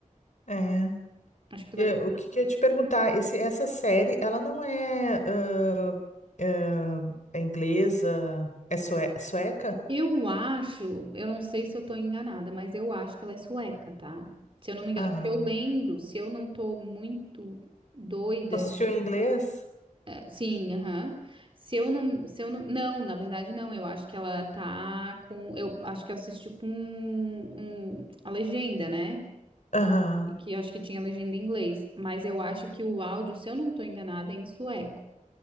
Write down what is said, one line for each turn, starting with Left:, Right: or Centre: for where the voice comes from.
Left: É.
Right: Acho que tu
Left: E,
Right: vai
Left: eh,
Right: gostar.
Left: o que que eu ia te perguntar? Esse, essa série, ela não é, ah, ah, é inglesa? É sue- sueca?
Right: Eu acho, eu não sei se eu tô enganada, mas eu acho que ela é sueca, tá? Se eu não me engano,
Left: Ah.
Right: porque eu lembro, se eu não tô muito doida,
Left: Tu assistiu em inglês?
Right: eh, sim, aham. Se eu não, se eu não, não, na verdade não, eu acho que ela tá com, eu acho que eu assisti com um, um- a legenda, né?
Left: Aham.
Right: Que eu acho que tinha legenda em inglês, mas eu acho que o áudio, se eu não tô enganada, é em sueco.